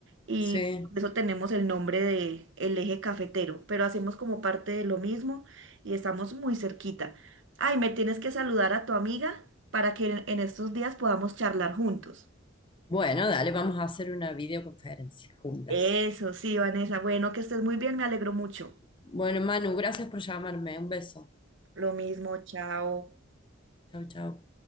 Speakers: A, on the right (about 70°); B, on the left (about 25°).
A: y
B: sí.
A: por eso tenemos el nombre de el eje cafetero, pero hacemos como parte de lo mismo y estamos muy cerquita. Ay, me tienes que saludar a tu amiga para que en en estos días podamos charlar juntos.
B: Bueno, dale, vamos a hacer una videoconferencia juntas.
A: Eso, sí, Vanessa. Bueno, que estés muy bien, me alegro mucho.
B: Bueno, Manu, gracias por llamarme. Un beso.
A: Lo mismo, chao.
B: Chau, chau.